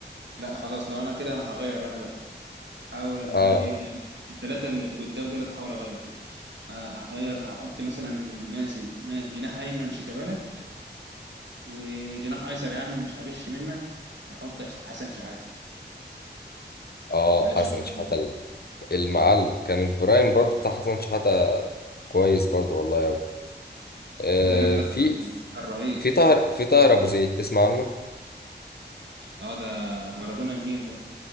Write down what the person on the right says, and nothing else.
لا خلاص لو انا كده انا هغير انا بقى احاول ان
انا يبقى الثلاثه اللي قدام دول هحاول اغير آه، هغير هحط مثلا ماسي ما جناح ايمن شيكابالا وجناح ايسر يا عم مش هغش منك هحط حسن شحاته
بلاش
الخطيه
مم.
لا لا لا ده
كان كان رهيب
اه ده مارادونا النيل ده